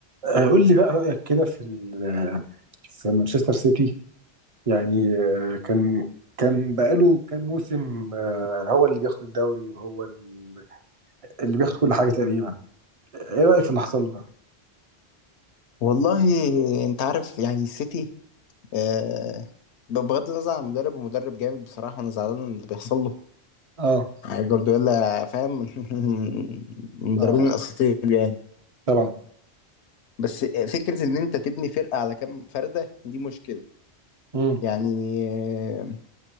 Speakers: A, on the right; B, on the left.
A: آه، قول لي بقى رأيك كده في ال- في مانشستر سيتي يعني آه، كان كان بقاله كام موسم آه، هو اللي بياخد الدوري وهو ال- اللي بياخد كل حاجة تقريبا ايه رأيك في اللي حصل له ده؟
B: والله انت عارف يعني السيتي آه ب- بغض النظر عن المدرب ومدرب جامد بصراحة انا زعلان من اللي بيحصل له
A: اه
B: يعني جوارديولا فاهم <laughs> من المدربين
A: اه
B: الاساطير يعني
A: طبعا
B: بس فكرة ان انت تبني فرقة على كام فردة دي مشكلة
A: امم
B: يعني آه،